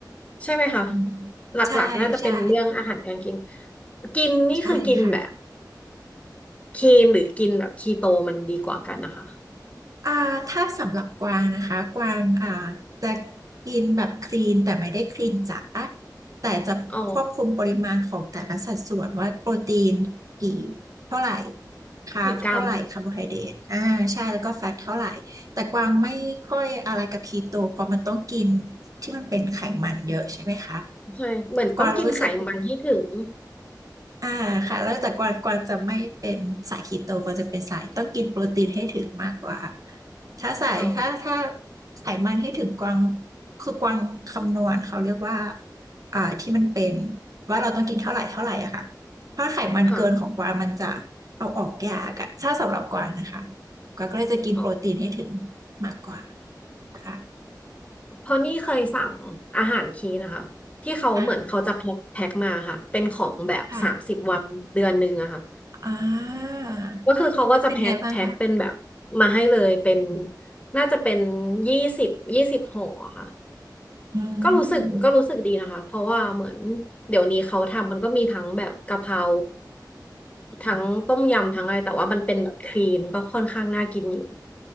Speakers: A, on the left; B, on the right.
A: ใช่ไหมคะ
B: อืม
A: หลักๆน่าจะเป็นเรื่องอาหารการกิน
B: ใช่ใช่
A: กินนี่คือกินแบบ
B: ใช่ค่ะ
A: คีนหรือกินแบบคีโตมันดีกว่ากันนะคะ
B: อ่าถ้าสำหรับกวางนะคะ กวางอ่าจะกินแบบคลีนแต่ไม่ได้คลีนจ๋าแต่จะควบคุมปริมาณของแต่ละสัดส่วนว่าโปรตีนกี่
A: อ๋อ
B: เท่าไหร่คาร์บเท่าไหร่คาร์โบไฮเดรตอ่าใช่แล้วก็แฟตเท่าไหร่แต่กวางไม่ค่อยอะไรกับคีโตเพราะมันต้องกิน
A: กี่กรัม
B: ที่มันเป็นไขมันเยอะใช่ไหมคะ
A: ใช่เหมือนต้องกินไขมันให้ถึง
B: กวางรู้สึก อ่าค่ะแล้วแต่กวางกวางจะไม่เป็นสายคีโตกวางจะเป็นสายต้องกินโปรตีนให้ถึงมากกว่าถ้าสายถ้าถ้า
A: อ๋อ
B: ไขมันให้ถึงกวางคือกวางคำนวณเขาเรียกว่าอ่าที่มันเป็นว่าเราต้องกินเท่าไหร่เท่าไหร่อะค่ะถ้าไขมันเกินของกวางมันจะ
A: ค่ะ
B: เอาออกยากอะถ้าสำหรับกวางนะคะกวางก็เลยจะกินโปรตีนให้ถึง
A: อ๋อ
B: มากกว่าค่ะ
A: เพราะนี่เคยสั่งอาหารคีนนะคะที่เขาเหมือนเขาจะแพ็คแพ็คมาค่ะเป็นของแบบสามสิบวันเดือนหนึ่งอะค่ะ
B: ค่ะค่ะอ่า
A: ก็คือเขาก็จะแพ็คแพ็คเป็นแบบมาให้เลยเป็น
B: เป็นไงบ้างคะ
A: น่าจะเป็นยี่สิบยี่สิบห่ออะค่ะ
B: อื
A: ก็รู้สึกก็รู้สึกดีนะคะเพราะว่าเหมือน
B: ม
A: เดี๋ยวนี้เขาทำมันก็มีทั้งแบบกะเพราทั้งต้มยำทั้งอะไรแต่ว่ามันเป็นแบบคลีนก็ค่อนข้างน่ากินอยู่